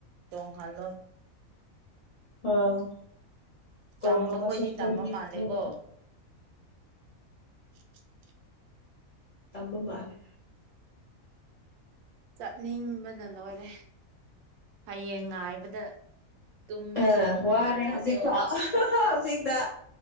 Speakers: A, on the right (about 75°); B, on the left (about 35°).
A: ꯇꯣꯡꯍꯜꯂꯣꯏ
B: ꯑꯥ <unintelligible>
A: ꯇꯝꯕ ꯈꯣꯏꯗꯤ ꯇꯝꯕ ꯃꯥꯜꯂꯦꯀꯣ <unintelligible>
B: ꯇꯝꯕ ꯃꯥꯂꯦ
A: ꯆꯠꯅꯤꯡꯕꯅ ꯂꯣꯏꯔꯦ ꯍꯌꯦꯡ ꯉꯥꯏꯕꯗ ꯇꯨꯝꯕꯁꯨ
B: ꯑ
A: ꯅꯨꯡꯉꯥꯏꯔꯣꯏꯀꯣ
B: ꯋꯥꯔꯦ ꯍꯧꯖꯤꯛꯐꯥꯎ ꯍꯧꯖꯤꯛꯇ